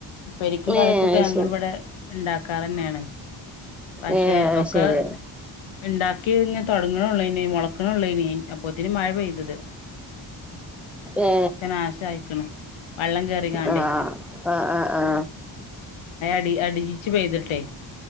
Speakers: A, on the left; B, in the centre.
A: പ്പേരിക്കും
B: ഏ
A: കറിക്കൊക്കെ
B: അത്
A: ഞങ്ങള്
B: ശരി
A: ഇവിടെ ഇണ്ടാക്കാറാന്നാണ് പക്ഷെ
B: ഏ അത്
A: ഒക്കെ
B: ശരി
A: ഇണ്ടാക്കിയഴിഞ്ഞ തൊടങ്ങനെ ഉള്ളു ഇനി മുളക്കണെള്ളോ ഇനി അപ്പൊത്തിന് മഴ പെയ്തത്
B: ഏ
A: ഒക്കെ നാശായിക്ക്ണ് വള്ളം കേറികാണ്ടേ
B: ആ ആ ആ ആ
A: അ അടിജിച്ച് പെയ്തിട്ടെ